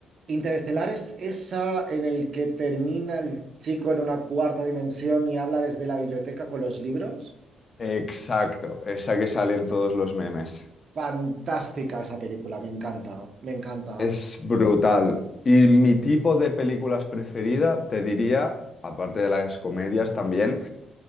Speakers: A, on the right (about 50°); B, on the left (about 40°).
A: Interestelar es esa en el que termina el chico en una cuarta dimensión y habla desde la biblioteca con los libros.
B: Exacto, esa que sale en todos los memes.
A: Fantástica esa película, me encanta, me encanta.
B: Es brutal. Y mi tipo de películas preferida, te diría, aparte de las comedias también,